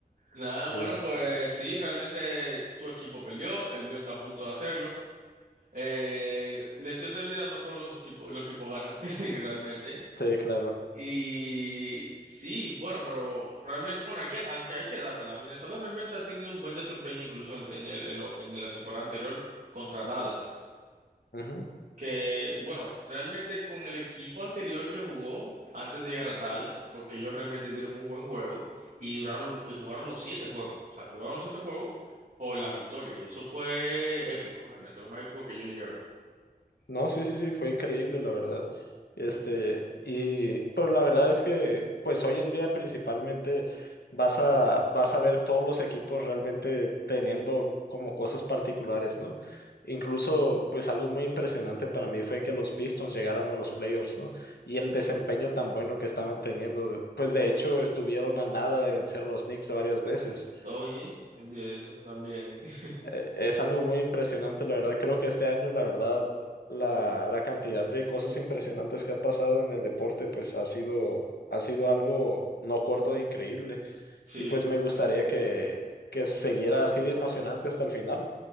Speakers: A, on the right (about 55°); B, on the left (about 90°).
A: Nada,
B: <laughs>
A: bueno,
B: Sí.
A: pues sí, realmente tu equipo perdió, el mío está a punto de hacerlo. Eh, lesión de vida, no todos los equipos, los equipos ganan, <laughs> realmente.
B: Sí, claro.
A: Y sí, bueno, pero realmente, bueno, hay que, aunque hay que dársela, Minnesota realmente ha tenido un buen desempeño incluso en, en el- en lo- en la temporada anterior contra Dallas
B: Ujú.
A: que, bueno, realmente con el equipo anterior que jugó antes de llegar a Dallas, porque ellos realmente dieron un buen juego y duraron y jugaron los siete juegos, o sea, jugaron los siete juegos por la victoria y eso fue épico, realmente lo más épico que yo llegué a ver.
B: No, sí, sí, sí, fue increíble, la verdad. Este, y, pero la verdad es que, pues hoy en día principalmente vas a, vas a ver todos los equipos realmente teniendo como cosas particulares, ¿no? Incluso, pues algo muy impresionante para mí fue que los Pistons llegaran a los playoffs, ¿no? Y el desempeño tan bueno que estaban teniendo. Pues de hecho, estuvieron a nada de vencer a los Knicks varias veces.
A: Oye, oye, eso también. <laughs>
B: eh, Es algo muy impresionante, la verdad. Creo que este año, la verdad, la, la cantidad de cosas impresionantes que ha pasado en el deporte, pues ha sido, ha sido algo no corto de increíble.
A: Sí,
B: Y pues
A: es correcto.
B: me gustaría que, que siguiera así de emocionante hasta el final.